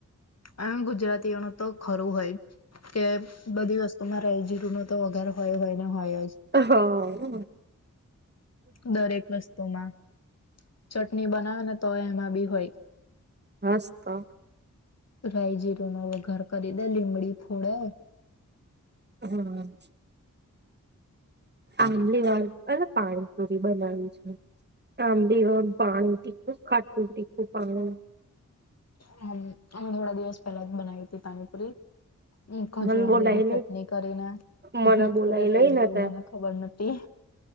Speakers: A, on the left; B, on the right.
A: અવે ગુજરાતીઓનું તો ખરું હોય કે બધી વસ્તુમાં રયજીરું ન તો વગાર હોય હોય ને હોય જ
B: હા
A: દરેક વસ્તુમાં ચટણી બનાવે ને તો એમાં બી હોય.
B: હાસ તો
A: રાયજીરૂ નો વઘાર કરી દે લીમડી ફોડે
B: હમ આમલી વાળુ પાણીપુરી બનાવી છે, આમ દેવ પાણી તીખું ખાટું તીખું પાણી
A: હમ અમે થોડા દિવસ પહેલા જ બનાવી હતી પાણીપુરી. ખજૂર
B: મન
A: આમલીની
B: બોલાય
A: ચટણી
B: નહી
A: કરીને
B: મને બોલાય
A: અરે રહી
B: નઈ ને
A: ગયું
B: તે
A: મને ખબર નથી.